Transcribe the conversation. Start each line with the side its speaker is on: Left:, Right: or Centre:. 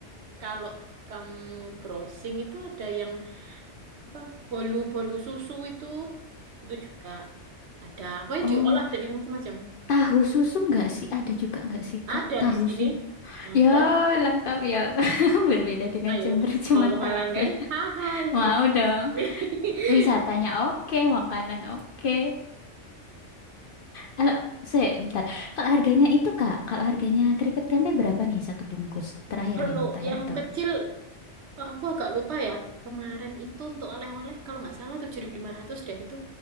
Right: kalau kamu browsing itu ada yang apa bolu-bolu susu itu itu juga ada. Pokoknya
Left: Oh,
Right: diolah dari macam-macam.
Left: tahu susu nggak sih? Ada juga nggak sih, Kak?
Right: Ada
Left: Tahu
Right: di sini.
Left: susu.
Right: Ada.
Left: Ya, lengkap ya. <laughs> Berbeda dengan
Right: Ayo,
Left: Jember cuman
Right: mau ke
Left: tape.
Right: Malang kan? Hai,
Left: <laughs> Mau
Right: ya.
Left: dong.
Right: <laughs>
Left: Wisatanya oke, makanan oke. Kalau saya bentar. Kalau harganya itu, Kak, kalau harganya keripik tempe berapa nih satu bungkus? Terakhir
Right: Kalau
Left: nih mau tanya
Right: yang
Left: itu.
Right: kecil, aku agak lupa ya. Kemarin itu untuk oleh-oleh, kalau nggak salah 7.500 deh. Itu